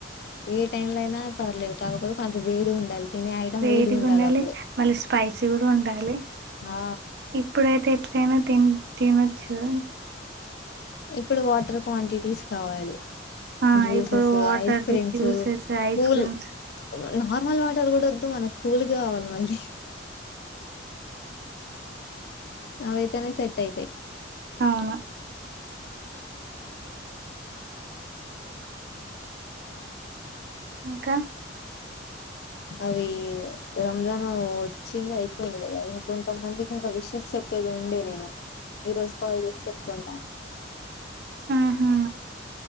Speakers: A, on the left; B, on the right.
A: ఏ టైమ్ లో అయినా పర్లేదు కాకపోతే కొంత వేడి ఉండాలి. తినే ఐటం
B: వేడిగా ఉండాలి
A: అప్పుడు
B: మళ్ళీ స్పైసీ కూడా ఉండాలి
A: ఆ
B: ఇప్పుడైతే. ఎట్లైనా తిన్ తినొచ్చు.
A: ఇప్పుడు వాటర్ క్వాంటిటీస్ కావాలి.
B: ఆ
A: జ్యూసస్
B: ఇప్పుడు వాటర్ది
A: ఐస్ creams
B: juices ice
A: cool.
B: Creams
A: normal water కూడా వద్దు మనకు కూల్గా కావాలి మళ్ళీ. అవైతనే సెట్ అయితే.
B: అవును. ఇంకా.
A: అవి రంజాన్ వచ్చింది అయిపోయింది కదా ఇంకొంతమందికి ఇంకా విషెస్ చెప్. లేదు ఉండె నేను ఈ రోజు కాల్ చేసి చెప్పుకుంటా.
B: ఆహా.